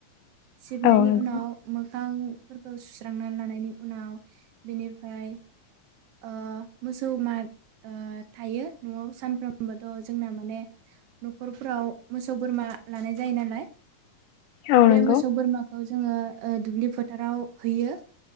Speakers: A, on the right (about 85°); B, on the left (about 80°).
A: सिबनायनि
B: औ नंगौ
A: उनाव मोग खांफोरखौ सुस्रांना लानायनि उनाव बेनिफ्राय ओ मोसौ मा ओ थायो न'आव सानफ्रोमबोथ जोंना माने न'खरफ्राव मोसौ बोरमा लानाय जायो नालाय
B: औ
A: बे
B: नंगौ
A: मोसौ बोरमा औ जोङो ओ दुब्लि फोथाराव हैयो।